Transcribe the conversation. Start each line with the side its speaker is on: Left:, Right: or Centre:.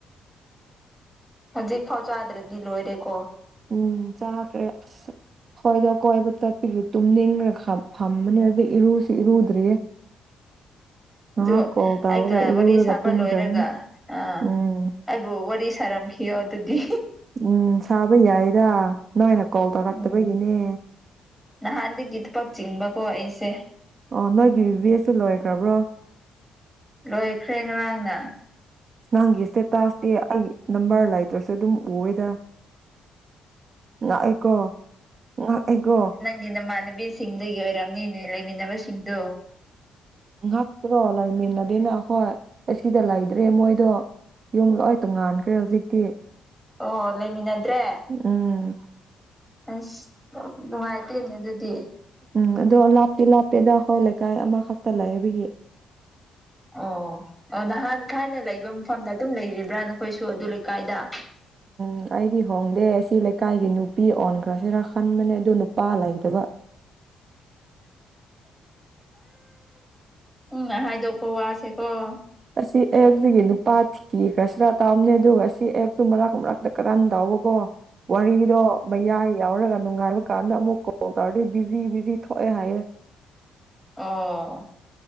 Centre: ꯍꯧꯖꯤꯛ ꯐꯥꯎ ꯆꯥꯗ꯭ꯔꯗꯤ ꯂꯣꯏꯔꯦꯀꯣ꯫
Right: ꯎꯝ ꯆꯥꯈ꯭ꯔꯦ ꯑꯁ ꯑꯈꯣꯏꯗ ꯀꯣꯏꯕ ꯆꯠꯄꯤꯒꯤ ꯇꯨꯝꯅꯤꯡꯕꯅ ꯈꯝ ꯐꯝꯕꯅꯦ ꯍꯧꯖꯤꯛ ꯏꯔꯨꯁꯤ ꯏꯔꯨꯗ꯭ꯔꯤꯌꯦ꯫
Centre: ꯑꯗꯨ
Right: ꯉꯥꯏꯍꯥꯛ ꯀꯣꯜ ꯇꯧꯔꯒ
Centre: ꯑꯩꯒ
Right: ꯏꯔꯨꯔꯒ
Centre: ꯋꯥꯔꯤ ꯁꯥꯕ
Right: ꯇꯨꯝꯈ꯭ꯔꯅꯤ
Centre: ꯂꯣꯏꯔꯒ ꯑꯥ
Right: ꯎꯝ
Centre: ꯑꯩꯕꯨ ꯋꯥꯔꯤ ꯁꯥꯔꯝꯈꯤꯌꯣ ꯑꯗꯨꯗꯤ
Right: ꯎꯝ ꯁꯥꯕ ꯌꯥꯏꯗ ꯅꯣꯏꯅ ꯀꯣꯜ ꯇꯧꯔꯛꯇꯕꯒꯤꯅꯦ꯫
Centre: ꯎꯝ ꯅꯍꯥꯟꯗꯒꯤ ꯊꯕꯛ ꯆꯤꯟꯕꯀꯣ ꯑꯩꯁꯦ꯫
Right: ꯑꯣ ꯅꯣꯏꯒꯤ <unintelligible> ꯂꯣꯏꯈ꯭ꯔꯕ꯭ꯔꯣ
Centre: ꯂꯣꯏꯈ꯭ꯔꯦ ꯉꯔꯥꯡꯅ꯫
Right: ꯅꯪꯒꯤ ꯏꯁꯇꯦꯇꯥꯁꯇꯤ ꯑꯩ ꯅꯝꯕꯔ ꯂꯩꯇ꯭ꯔꯁꯨ ꯑꯗꯨꯝ ꯎꯌꯦꯗꯥ꯫ ꯉꯛꯑꯦꯀꯣ ꯉꯛꯑꯦꯀꯣ
Centre: ꯒꯤ ꯅꯃꯥꯟꯅꯕꯤꯁꯤꯡꯗꯒꯤ ꯑꯣꯏꯔꯝꯅꯤꯅꯦ ꯂꯩꯃꯤꯟꯅꯕꯁꯤꯡꯗꯨ꯫
Right: ꯉꯛꯇ꯭ꯔꯣ ꯂꯩꯃꯤꯟꯅꯗꯦꯅ ꯑꯈꯣꯏ ꯑꯁꯤꯗ ꯂꯩꯗ꯭ꯔꯦ ꯃꯣꯏꯗꯣ ꯌꯨꯝ ꯂꯣꯏ ꯇꯣꯡꯉꯥꯟꯈ꯭ꯔꯦ ꯍꯧꯖꯤꯛꯇꯤ꯫
Centre: ꯑꯣ ꯂꯩꯃꯤꯟꯅꯗ꯭ꯔꯦ
Right: ꯎꯝ
Centre: ꯑꯁ ꯅꯨ ꯅꯨꯡꯉꯥꯏꯇꯦꯅꯦ ꯑꯗꯨꯗꯤ
Right: ꯎꯝ ꯑꯗꯣ ꯂꯥꯞꯇꯤ ꯂꯥꯞꯇꯦꯗ ꯑꯩꯈꯣꯏ ꯂꯩꯀꯥꯏ ꯑꯃꯈꯛꯇ ꯂꯩꯕꯒꯤ
Centre: ꯑꯣ ꯑꯣ ꯅꯍꯥꯟ ꯊꯥꯏꯅ ꯂꯩꯕ ꯃꯐꯝꯗ ꯑꯗꯨꯝ ꯂꯩꯔꯤꯕ꯭ꯔꯥ ꯅꯈꯣꯏꯁꯨ ꯑꯗꯨ ꯂꯩꯀꯥꯏꯗ <inaudible>
Right: ꯎꯝ ꯑꯩꯗꯤ ꯍꯣꯡꯗꯦ ꯑꯁꯤ ꯂꯩꯀꯥꯏꯒꯤ ꯅꯨꯄꯤ ꯑꯣꯟꯈ꯭ꯔꯁꯤꯔ ꯈꯟꯕꯅꯦ ꯑꯗꯨ ꯅꯨꯄꯥ ꯂꯩꯇꯕꯥ
Centre: ꯎꯪꯅꯥ ꯍꯥꯏꯗꯣꯛꯄ ꯋꯥꯁꯦꯀꯣ
Right: ꯑꯁꯤ ꯑꯦꯞꯖꯤꯒꯤ ꯅꯨꯄꯥꯥ ꯊꯤ ꯀꯤꯈ꯭ꯔꯁꯤꯔꯥ ꯇꯥꯕꯅꯦ ꯑꯗꯨꯒ ꯑꯁꯤ ꯑꯦꯞꯁꯨ ꯃꯔꯛ ꯃꯔꯥꯛꯇ ꯀꯥꯔꯟ ꯇꯧꯕꯀꯣ ꯋꯥꯔꯤꯗꯣ ꯃꯌꯥꯏ ꯌꯥꯎꯔꯒ ꯅꯨꯡꯉꯥꯏꯕ ꯀꯥꯟꯗ ꯑꯃꯨꯛ ꯀ‌ꯣꯜ ꯇꯧꯔꯗꯤ ꯕꯤꯖꯤ ꯕꯤꯖꯤ ꯊꯣꯑꯦ ꯍꯥꯏꯌꯦ
Centre: ꯑꯣ